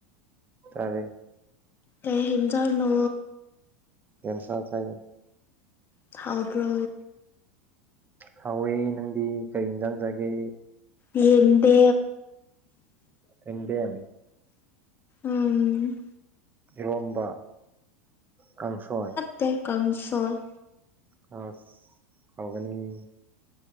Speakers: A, on the right; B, on the left.
A: ꯇꯥꯔꯦ
B: ꯀꯩ ꯍꯖꯥꯎꯅꯣ
A: ꯀꯦꯟꯁ ꯆꯥꯏ
B: ꯊꯥꯎꯕ꯭ꯔꯣ꯫
A: ꯍꯥꯎꯋꯦ ꯅꯪꯗꯤ ꯀꯩ ꯏꯟꯖꯥꯡ ꯆꯒꯦ꯫
B: ꯑꯦꯗ
A: ꯌꯦꯟꯗꯦꯝ
B: ꯎꯝ꯫
A: ꯏꯔꯣꯝꯕ ꯀꯥꯡꯁꯣꯏ
B: ꯇꯩ ꯀꯝꯁꯣꯣꯔ
A: ꯀꯥꯁ ꯐꯥꯎꯒꯅꯤ